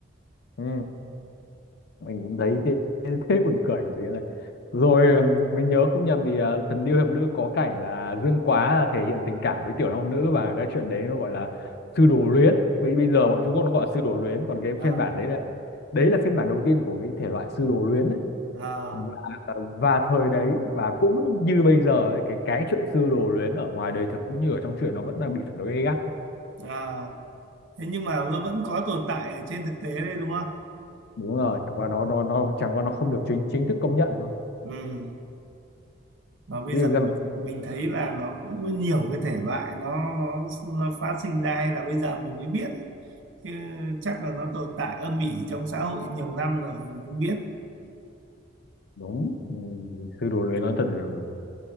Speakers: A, on the left (about 60°); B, on the right (about 75°).
A: ừ, mình cũng thấy thế, thế, thế buồn cười kiểu gì này rồi ừm, mình nhớ không nhầm thì ờ, thần điêu hiệp lữ có cảnh là Dương Quá là thể hiện tình cảm với tiểu long nữ và cái chuyện đấy nó gọi là sư đồ luyến bây bây giờ bọn Trung Quốc nó gọi là sư đồ luyến còn cái
B: à
A: phiên bản đấy là đấy là phiên bản đầu tiên của cái thể loại sư đồ luyến ấy
B: à
A: và, và thời đấy và cũng như bây giờ ấy, cái cái chuyện sư đồ luyến ở ngoài đời thực cũng như ở trong truyện nó vẫn đang bị phản đối gay gắt đấy
B: À, thế nhưng mà nó vẫn có tồn tại ở trên thực tế đấy đúng không?
A: đúng rồi chẳng qua nó nó nó chẳng qua nó không được chính chính thức công nhận thôi
B: Ừ. Và bây
A: chứ
B: giờ
A: thực ra mà-
B: mình thấy là nó cũng có nhiều cái thể loại nó nó nó phát sinh ra hay là bây giờ mình mới biết ấy. Chứ chắc là nó tồn tại âm ỉ trong xã hội nhiều năm rồi mình cũng biết.
A: đúng ừ, sư đồ luyến nó thật là